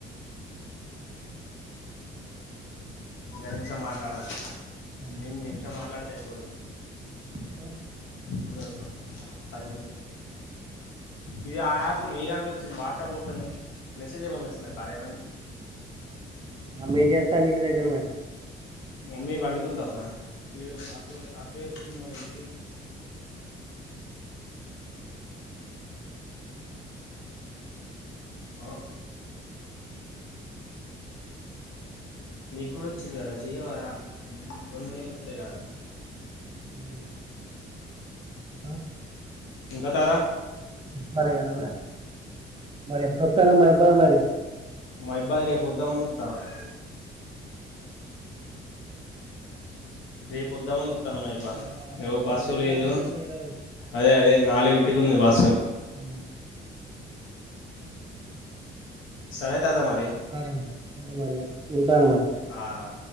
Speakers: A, on the left; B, on the right.
A: ఒక నిమిషం మాట్లాడాలి
B: ఆ,
A: నిమ్ నిమిషం మాట్లాడితే <inaudible>
B: మ్మ్
A: అంద రపా అదిమి చ ఇది ఆ యాప్ మీ దాంట్లో వచ్చింది వాట్సాప్ ఓపెన్ చే మెసేజ్ చేయమ <inaudible>
B: మేం చెప్తా మీ ఇంటి దగ్గర మరి
A: ఇమ్మి పండుకుందా అబ్బ <unintelligible> అ నీకు కూడా వచ్చింది గదరా చెయ్యవారా రెండు వేలు వస్తయరా
B: ఉ అ
A: ఇంకా తారా
B: చెప్పాలి ఇగ న్వ్ మరిఎప్పుడో స్తున్నవ్ మహిపాల్ మరి
A: మహిపాల్ రేపుొద్దామని చూస్తున్నాడు రేపుొద్దామని ఒస్తనా
B: రా మహిబాద్
A: ఏవో బస్సు
B: వచ్చినప్పుడు
A: లేదు
B: ఫోన్ చేయరాదు
A: అదే అదే నాలుగుంటికి ఉంది బస్సు
B: ఉ
A: సరే తాత మరి
B: సరే సరే మరి ఇగా ఉంటాను మరి
A: ఆ